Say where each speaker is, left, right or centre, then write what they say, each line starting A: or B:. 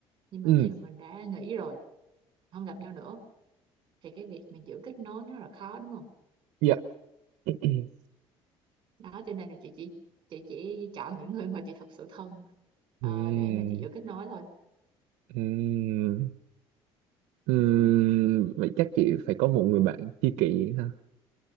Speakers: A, on the right; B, on the right.
A: nhưng mà
B: 음,
A: khi mà mình đã nghỉ rồi không gặp nhau nữa thì cái việc mà giữ kết nối nó rất là khó đúng không
B: dạ, <clears throat>
A: đó cho nên là chị chỉ chị chỉ chọn những người mà chị thật sự thân ờ,
B: 음,
A: để mà chị giữ kết nối thôi
B: 음, 음, vậy chắc chị phải có một người bạn tri kỷ ha.